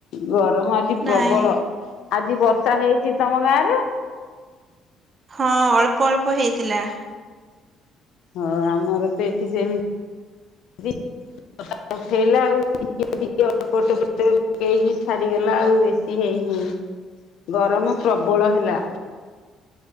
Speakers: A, on the left; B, on the right.
A: ଗରମ ଆଜି ପ୍ରବଳ
B: ନାଇଁ
A: ଆଜି ବର୍ଷା ହେଇଛି ତମ ଗାଁ ରେ
B: ହଁ ଅଳ୍ପ ଅଳ୍ପ ହେଇଥିଲା।
A: ହଁ ଆମର ଏଠି ସେମିତି ଉଠେଇଲା ଆଉ ଟିକେ ଟିକେ ଅଳ୍ପ ଟୋପେ ଟୋପେ ପକେଇକି ଛାଡି ଲଗଲା ଆଉ ବେଶୀ ହେଇନି। ଗରମ ପ୍ରବଳ ହେଲା